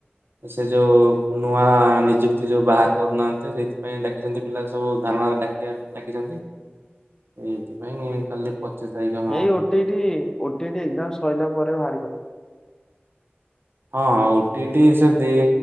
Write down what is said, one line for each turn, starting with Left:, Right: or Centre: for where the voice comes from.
Right: ସେ ଯୋଉ ନୂଆ ନିଯୁକ୍ତି ଯୋଉ ବାହାର କରୁନାହାନ୍ତି ସେଇଥିପାଇଁ ଡାକିଛନ୍ତି। ପିଲା ସବୁ ଧାରଣାରେ ଡାକିଚନ ଡାକିଚନ୍ତି ଏଇଥିପାଇଁ କାଲି ପଚିଶ୍ ତାରିଖ। ହଁ
Left: ଏଇ ଓଟିଟି ଓଟିଟି ଏକ୍ଜାମ ସରିଲା ପରେ ବାହର କରିଦବ।
Right: ହଁ ଓଟିଟି ସେ ଦେ